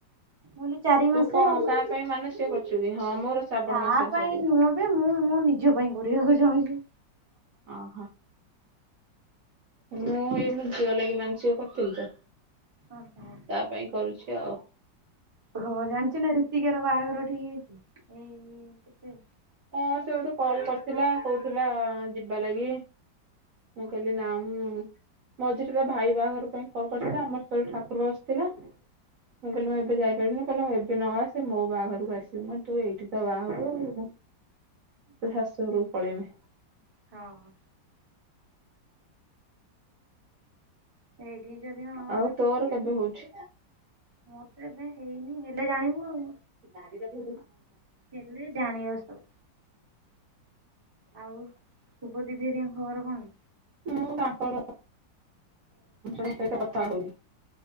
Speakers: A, on the right; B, on the right.
A: ମୁଲେ ଚାରି
B: ତୁ
A: ମାସେ
B: କା
A: ଆଉ
B: କା ସାଙ୍ଗେ ମାନେ <unintelligible> ହଁ ମୋର ଶ୍ରାବଣ
A: ତା
B: ମାସରେ
A: ପାଇଁ
B: ସରିବ
A: ନୁହଁ ବେ ମୁଁ ମୋ ନିଜ ପାଇଁ କରିବାକୁ ଚାହୁଁଚି।
B: ଓହୋ! ମୁଁ ଏଇ ମୋ ଝିଅ ଲାଗି ମାନସିକ କହିଥିଲି ତ
A: ଓ ହୋ!
B: ତା ପାଇଁ କରୁଛି ଆଉ।
A: ହଁ ଜାଣିଚୁ ନା ରୀତିକାର ବାହାଘର ଠିକ୍ ହେଇଚି ଏଇ କେତେରେ?
B: ହଁ ସେ ମତେ କଲ୍ କରିଥିଲା କହୁଥିଲା ଆଁ ଯିବା ଲାଗି। ମୁଁ କହିଲି ନାଁ ମୁଁ ମଝିରେ ତା ଭାଇ ବାହାଘର ପାଇଁ କଲ୍ କରିଥିଲା ଆମର ସେତେବେଳେ ଠାକୁର ବସିଥିଲା ମୁଁ କହିଲି ମୁଁ ଏବେ ଯାଇପାରିବିନି କହିଲା ଏବେ ନ ଆସେ ମୋ ବାହାଘରକୁ ଆସିବୁ ମୁଁ କହିଲି ତୁ ଏଇଠି ତ ବାହାହବୁ ଆଉ। ତୋ ଶାଶୁ ଘରକୁ ପଳେଇବୁ।
A: ହଁ ସେଇଠି ଯଦି ହଁ ହେଲା
B: ଆଉ ତୋର
A: ଦେଖିବା
B: କେବେ
A: କଣ?
B: ହଉଛି
A: ମୋର ତ ଏବେ ହେଇନି ହେଲେ ଜାଣିବୁ ଆଉ।
B: <unintelligible>
A: ହେଲେ ଜାଣିବ ସବୁ। ଆଉ ଶୁଭଦିଦି ହରିକାଙ୍କ ଖବର କଣ?
B: ମୁଁ ତାଙ୍କ ସହିତ କଥା ହଉନି।